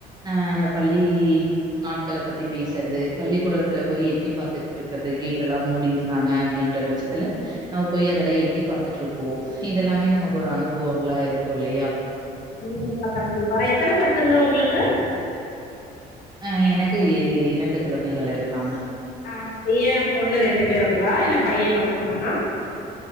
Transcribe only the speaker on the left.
கண்டிப்பா கண்டிப்பா எத்தன பசங்க உங்களுக்கு
ஆ பைய பொண்ணு ரெண்டு பேருங்ளா இல்ல பைய மட்டுந்தானா